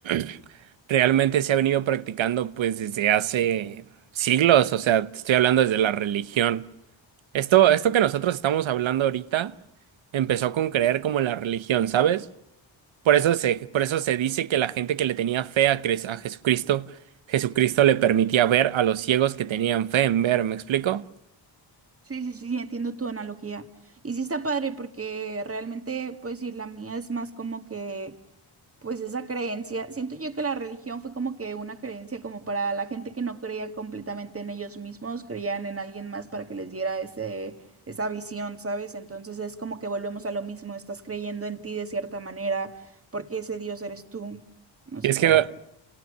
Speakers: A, on the right; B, on the right.
A: <clears throat> realmente se ha venido practicando pues desde hace siglos? O sea, te estoy hablando desde la religión. Esto, esto que nosotros estamos hablando ahorita empezó con creer como en la religión, ¿sabes? Por eso se, por eso se dice que la gente que le tenía fe a, Cres- a Jesucristo, Jesucristo le permitía ver a los ciegos que tenían fe en ver, ¿me explico?
B: Sí, sí, sí, entiendo tu analogía. Y sí está padre porque realmente, pues sí, la mía es más como que, pues esa creencia, siento yo que la religión fue como que una creencia como para la gente que no creía completamente en ellos mismos, creían en alguien más para que les diera ese, esa visión, ¿sabes? Entonces es como que volvemos a lo mismo, estás creyendo en ti de cierta manera, porque ese Dios eres tú. No
A: Y
B: sé
A: es
B: si
A: que,
B: haga.